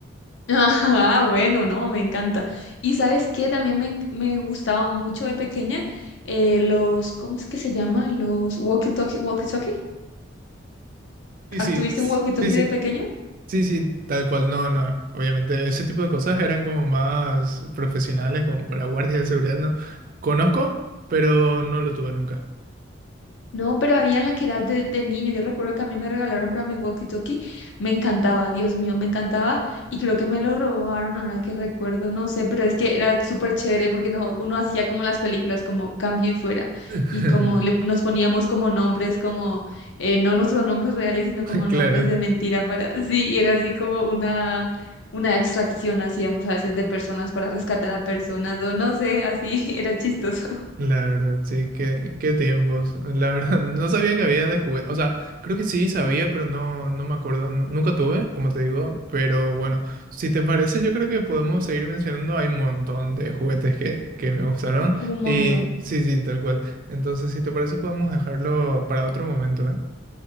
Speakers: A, on the left (about 65°); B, on the right (about 45°).
A: <laughs> Ah, bueno, no, me encanta. Y sabes qué, también me, en- me gustaba mucho de pequeña eh, los, ¿cómo es que se llama? Los walkie-talkie, walkie-talkie.
B: Sí,
A: ¿Has
B: sí,
A: tuviste un walkie-talkie
B: sí, sí.
A: de pequeño?
B: Sí, sí, tal cual. No, no. Obviamente, ese tipo de cosas eran como más profesionales, como para guardias de seguridad, ¿no? Conozco, pero no lo tuve nunca.
A: No, pero había en la que era de, de niño. Yo recuerdo que a mí me regalaron para mi walkie-talkie. Me encantaba, Dios mío, me encantaba. Y creo que me lo robaron ahora que recuerdo, no sé, pero es que era súper chévere porque no, uno hacía como las películas, como cambio y fuera.
B: <laughs>
A: Y como le, nos poníamos como nombres, como eh, no nuestros nombres reales, sino como
B: Claro.
A: nombres de mentira para. <laughs> Sí, y era así como una, una extracción hacíamos a veces de personas para rescatar a personas, o no sé, así <laughs> era chistoso. <laughs>
B: La verdad, sí, qué, qué tiempos. La verdad, <laughs> no sabía que había de juguete. O sea, creo que sí sabía, pero no, no me acuerdo. no- nunca tuve, como te digo. Pero bueno, si te parece, yo creo que podemos seguir mencionando. Hay un montón de juguetes que, que me gustaron.
A: Un
B: Y
A: montón.
B: sí, sí, tal cual. Entonces, si te parece, podemos dejarlo para otro momento, ¿eh?